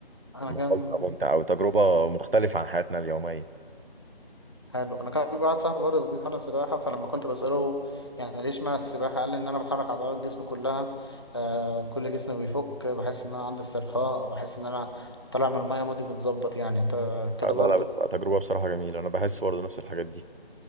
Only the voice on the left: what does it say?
انا
كان
حلو انا كان في واحد صاحبي برضه بيتمرن سباحة فلما كنت بسأله يعني ليه اشمعنى السباحة قال لي ان انا بحرك عضلات جسمي كلها آه كل جسمي بيفك بحس ان انا عندي استرخاء بحس ان انا طالع من المية مودي متظبط يعني انت كده
برضه